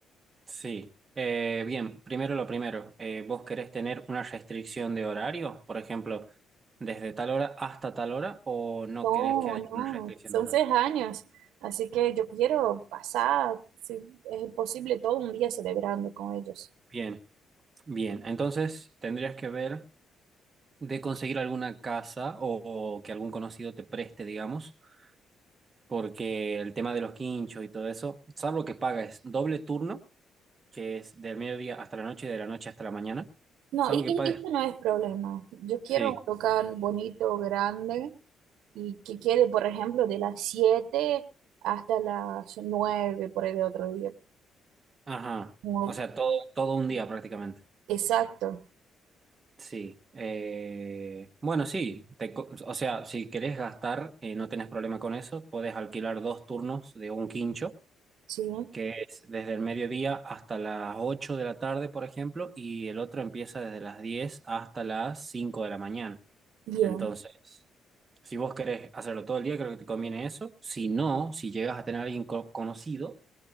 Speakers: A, on the right; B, on the right.
A: Sí, Eh, bien, primero lo primero, eh, ¿vos querés tener una restricción de horario? Por ejemplo, desde tal hora hasta tal hora o no
B: No,
A: querés que haya
B: no,
A: una restricción
B: son
A: de horario?
B: tres años, así que yo quiero pasar, si es posible, todo un día celebrando con ellos.
A: Bien, bien, entonces tendrías que ver de conseguir alguna casa o, o que algún conocido te preste, digamos, porque el tema de los quinchos y todo eso, salvo que pagues doble turno, que es del mediodía hasta la noche y de la noche hasta la mañana,
B: No,
A: salvo
B: y, y-
A: que pagues,
B: y esto no es problema. Yo quiero
A: sí,
B: un local bonito, grande, y que quede, por ejemplo, de las 7 hasta las 9 por el otro día.
A: ajá,
B: Como-
A: o sea, todo, todo un día prácticamente.
B: Exacto,
A: Sí, eh, bueno, sí, te co- o sea, si querés gastar, eh, no tenés problema con eso, podés alquilar dos turnos de un quincho,
B: sí,
A: que es desde el mediodía hasta las 8 de la tarde, por ejemplo, y el otro empieza desde las 10 hasta las 5 de la mañana.
B: bien,
A: Entonces, si vos querés hacerlo todo el día, creo que te conviene eso. Si no, si llegas a tener a alguien co- conocido,